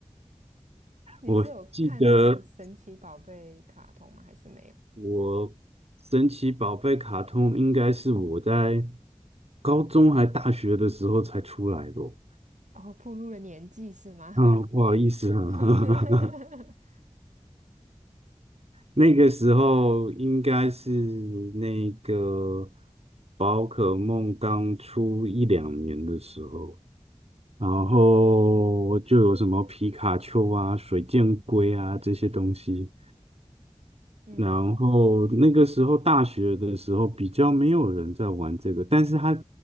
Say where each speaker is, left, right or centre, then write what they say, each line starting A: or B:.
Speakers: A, on the right; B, on the right.
A: 你是有看那个神奇宝贝卡通吗？
B: 我记得
A: 还是没有？
B: 我神奇宝贝卡通应该是我在高中还大学的时候才出来的哦。
A: 然后暴露了年纪是吗？
B: 嗯，不好意思啊，
A: <laughs>
B: <laughs> 那个时候应该是那个宝可梦刚出一两年的时候，然后就有什么皮卡丘啊、水箭龟啊这些东西。
A: 嗯
B: 然后那个时候大学的时候比较没有人在玩这个，但是他